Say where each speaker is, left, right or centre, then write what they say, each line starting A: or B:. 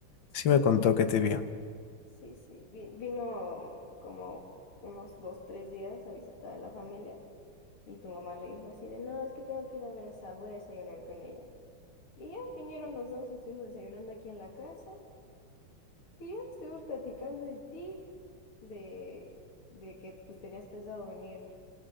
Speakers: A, on the left; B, on the left.
A: Sí,
B: sí me contó que te vio.
A: sí, sí. vi- Vino mm, como unos dos, tres días a visitar a la familia. Y tu mamá le dijo así de, no, es que tengo que ir a ver a Sab, voy a desayunar con ella. Y ya vinieron los dos y estuvimos desayunando aquí en la casa. Y ya estuvimos platicando de ti, de, de que pues tenías pensado venir